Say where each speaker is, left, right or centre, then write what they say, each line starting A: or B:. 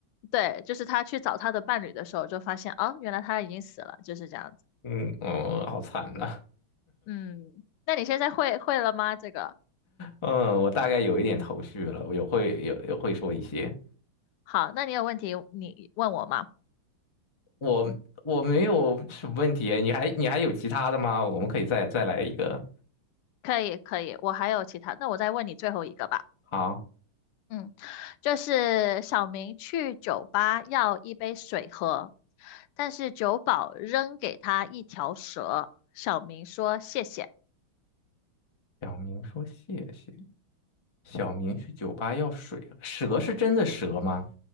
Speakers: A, on the left (about 85°); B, on the left (about 25°).
A: 对，就是他去找他的伴侣的时候，就发现啊，原来他已经死了，就是这样子。
B: 嗯嗯，好惨呐、
A: 嗯，那你现在会会了吗？这个
B: 嗯，我大概有一点头绪了，我有会有有会说一些。
A: 好，那你有问题你问我吗？
B: 我我没有什么问题，你还你还有其他的吗？我们可以再再来一个。
A: 可以可以，我还有其他，那我再问你最后一个吧。
B: 好，
A: 嗯，就是小明去酒吧要一杯水喝，但是酒保扔给他一条蛇，小明说谢谢，
B: 小明说谢谢。小明去酒吧要水了蛇是真的蛇吗？